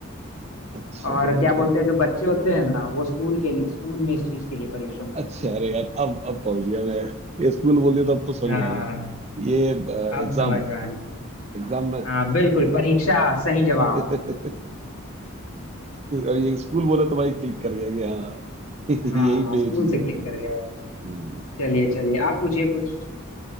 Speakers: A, on the right; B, on the left.
A: अच्छा
B: और
A: जवान
B: क्या बोलते
A: तो
B: हैं जो बच्चे होते हैं ना वो स्कूल के लिए- स्कूल में इस चीज के लिए परिश्रम करते
A: अच्छा
B: हैं
A: अरे यार अब अब पहुंच गया मैं ये स्कूल बोलिए तो अब तो समझ
B: हाँ
A: में आ गया ये
B: अब
A: एग्जाम
B: समझ में आ गया
A: एग्जाम में
B: हाँ बिल्कुल परीक्षा सही जवाब
A: <laughs> वो अब ये स्कूल बोला तो भाई क्लिक कर गया कि हाँ <laughs> यही
B: हाँ
A: पे
B: स्कूल
A: ये चीज
B: से
A: है
B: क्लिक कर गया है
A: हम्म,
B: चलिए चलिए आप पूछिए कुछ